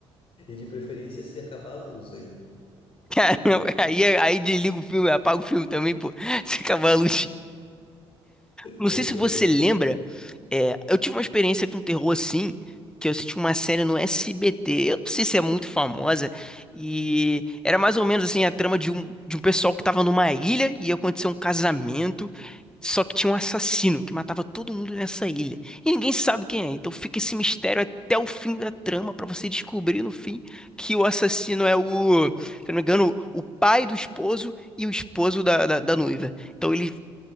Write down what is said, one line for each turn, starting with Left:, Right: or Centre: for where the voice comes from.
Left: e de preferência se acabar a luz ainda.
Centre: Cara, <laughs> aí, aí desliga o filme, apaga o filme também, pô. Se acabar a luz. Não
Left: Pois
Centre: sei se
Left: é,
Centre: você
Left: né?
Centre: lembra, é, eu tive uma experiência com terror assim, que eu assisti uma série no SBT, eu não sei se é muito famosa, e era mais ou menos assim a trama de um, de um pessoal que tava numa ilha e ia acontecer um casamento, só que tinha um assassino que matava todo mundo nessa ilha. E ninguém sabe quem é, então fica esse mistério até o fim da trama pra você descobrir no fim que o assassino é o, se eu não me engano, o pai do esposo e o esposo da, da, da noiva. Então ele